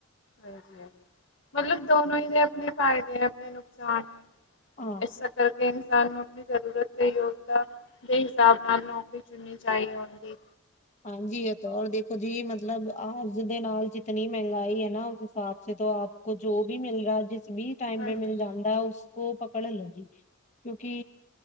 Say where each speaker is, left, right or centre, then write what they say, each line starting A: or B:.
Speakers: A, on the left; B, on the left.
A: ਹਾਂਜੀ ਮਤਲਬ ਦੋਨੋ ਨੇ ਆਪਣੇ ਫਾਇਦੇ ਹੈ ਆਪਣੇ ਨੁਕਸਾਨ ਹੈ।
B: ਹਾਂ
A: ਐਸਾ ਕਰਕੇ। ਸਾਨੂੰ ਨੂੰ ਆਪਣੀ ਜ਼ਰੂਰਤ ਤੇ ਯੋਗਤਾ ਦੇ ਹਿਸਾਬ ਨਾਲ ਨੌਕਰੀ ਚੁਨਣੀ ਚਾਹੀ ਹੁੰਦੀ ਹੈ।
B: ਹਾਂਜੀ ਇਹ ਦੌਰ ਦੇਖੋ ਜੀ ਮਤਲਬ ਆਜ। ਦੇ ਨਾਲ। ਇਤਨੀ ਮਹਿੰਗਾਈ ਹੈ ਨਾ। ਉਸ ਹਿਸਾਬ ਆਪ ਕੋ ਜੋ ਵੀ ਮਿਲ ਰਿਹਾ। ਜਿਸ ਵੀ ਟਾਈਮ
A: ਹਾਂਜੀ
B: ਪੇ ਮਿਲ ਜਾਂਦਾ ਉਸ। ਕੋ ਪਕੜ ਲੋ ਜੀ ਕਿਉਂਕਿ